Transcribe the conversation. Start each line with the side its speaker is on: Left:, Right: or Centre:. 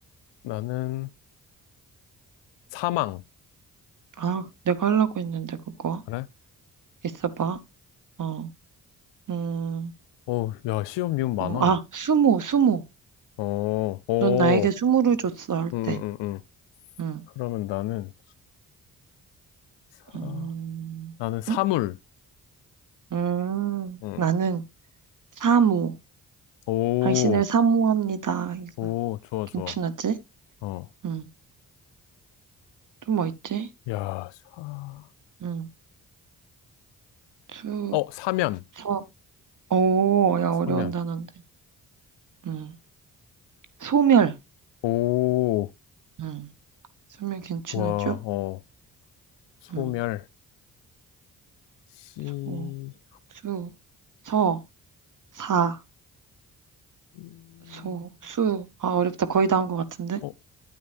Left: 나는 사망.
Right: 아, 내가 하려고 했는데, 그거.
Left: 그래?
Right: 있어봐. 어, 음,
Left: 오, 야, 시옷, 미음 많아.
Right: 어, 아, 수모, 수모.
Left: 어, 오,
Right: 넌 나에게 수모를 줬어, 할
Left: 음,
Right: 때.
Left: 음, 음.
Right: 음,
Left: 그러면 나는 사,
Right: 음,
Left: 나는 사물.
Right: 음, 음,
Left: 응
Right: 나는 사모.
Left: 오.
Right: 당신을 사모합니다. 이거.
Left: 오, 좋아,
Right: 괜찮았지?
Left: 좋아. 어.
Right: 응. 또 뭐 있지?
Left: 야, 사,
Right: 응. 수,
Left: 어, 사면.
Right: 서, 오, 야,
Left: 사면.
Right: 어려운 단어인데. 응. 소멸.
Left: 오,
Right: 응. 소멸 괜찮았죠
Left: 와, 어, 소멸.
Right: 응.
Left: 시,
Right: 소, 수, 서, 사,
Left: 음,
Right: 소, 수. 아, 어렵다. 거의 다 한 것 같은데?
Left: 어,